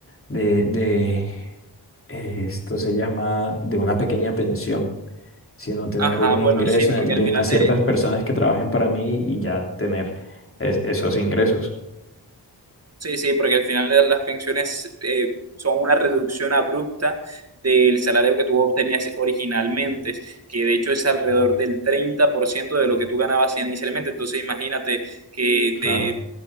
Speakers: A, on the left; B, on the right.
A: de, de eh, esto se llama, de una pequeña pensión sino tener
B: Ajá,
A: un
B: bueno,
A: ingreso
B: sí, porque
A: en de
B: al
A: unas
B: final
A: ciertas
B: te,
A: personas que trabajen para mí y ya tener es- esos ingresos.
B: Sí, sí, porque al final de las pensiones eh, son una reducción abrupta del salario que tú obtenías originalmente, que de hecho es alrededor del 30% de lo que tú ganabas inicialmente. Entonces imagínate que
A: Claro,
B: te,